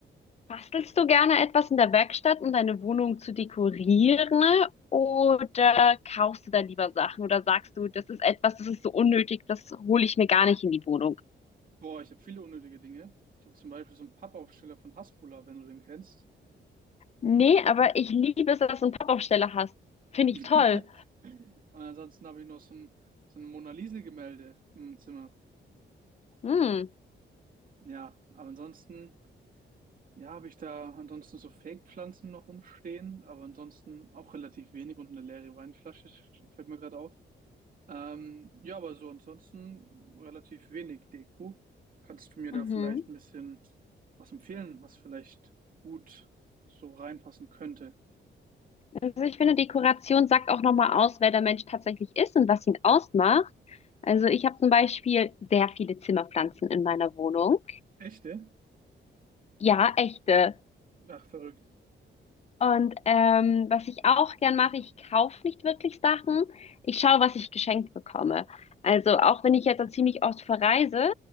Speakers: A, on the left (about 35°); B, on the right (about 45°).
A: bastelst du gerne etwas in der Werkstatt, um deine Wohnung zu dekorieren? Oder kaufst du da lieber Sachen? Oder sagst du, das ist etwas, das ist so unnötig, das hole ich mir gar nicht in die Wohnung?
B: Boah, ich habe viele unnötige Dinge. Ich habe zum Beispiel so einen Pappaufsteller von Hasbulla, wenn du den kennst.
A: Nee, aber ich liebe es, dass du einen Pappaufsteller hast. Finde
B: <laughs>
A: ich toll.
B: Und ansonsten habe ich noch so ein, so ein Mona Lisa-Gemälde im Zimmer.
A: Hm.
B: Ja, aber ansonsten, ja, habe ich da ansonsten so Fake-Pflanzen noch rumstehen, aber ansonsten auch relativ wenig und eine leere Weinflasche, sch- fällt mir gerade auf. Ähm, ja, aber so ansonsten relativ wenig Deko. Kannst du mir da
A: Mhm.
B: vielleicht ein bisschen was empfehlen, was vielleicht gut so reinpassen könnte?
A: Also ich finde, Dekoration sagt auch nochmal aus, wer der Mensch tatsächlich ist und was ihn ausmacht. Also ich habe zum Beispiel sehr viele Zimmerpflanzen in meiner Wohnung.
B: Echte?
A: Ja, echte.
B: Ach, verrückt.
A: Und ähm, was ich auch gern mache, ich kaufe nicht wirklich Sachen. Ich schaue, was ich geschenkt bekomme. Also auch wenn ich jetzt dann ziemlich oft verreise,